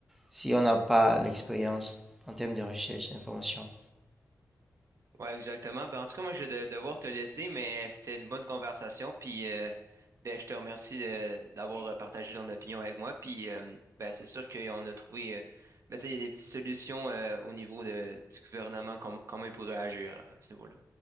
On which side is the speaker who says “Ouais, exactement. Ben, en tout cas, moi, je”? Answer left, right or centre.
Right